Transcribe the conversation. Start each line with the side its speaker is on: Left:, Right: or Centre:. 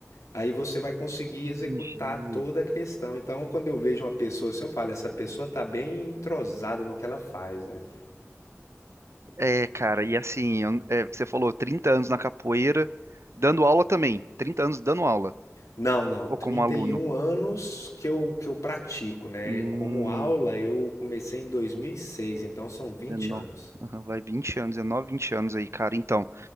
Left: Aí você vai conseguir executar
Right: entendi.
Left: toda a questão. Então, quando eu vejo uma pessoa assim, eu falo, essa pessoa está bem entrosada no que ela faz, né?
Right: É, cara, e assim, eu- é, você falou 30 anos na capoeira, dando aula também. trinta anos dando aula,
Left: Não, não,
Right: ou
Left: Trinta
Right: como aluno.
Left: e um anos que eu, que eu pratico, né?
Right: Hum,
Left: Como aula, eu comecei em dois mil e seis. então são vinte
Right: 19,
Left: anos.
Right: aham, vai 20 anos, 19, vinte anos aí, cara. Então,